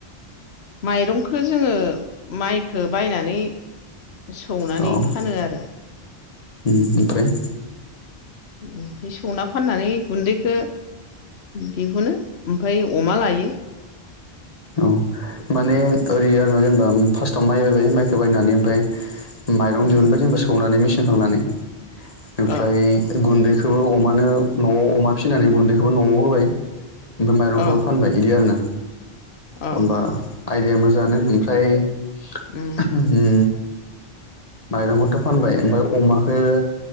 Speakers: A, on the left (about 80°); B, on the left (about 40°).
A: माइरंखौ जोङो माइखो बायनानै सौनानै
B: अ उम
A: फानो आरो
B: ओमफ्राय
A: ओमफ्राय सौना फाननानै गुनदैखौ दिहुनो ओमफ्राय अमा लायो
B: औ माने ओरै आरोना जेनेबा फार्स्टआव माइ बायबाय माइखौ बायनानै ओमफ्राय माइरं
A: उम
B: दिहुनबाय जेनेबा सौनानै मेसिन नानै ओमफ्राय
A: अ
B: गुनदै खौबो अमानो न'आव अमा फिसिनानै गुनदैखौबो न'आव होबाय ओमफ्राय माइरंखौबो
A: अ
B: फानबाय बिदि आरोना
A: अ
B: होमबा आयदाया मोजाङानो ओमफ्राय ओ
A: उम <inaudible>
B: माइरंखौथ' फानबाय ओमफ्राय अमाखो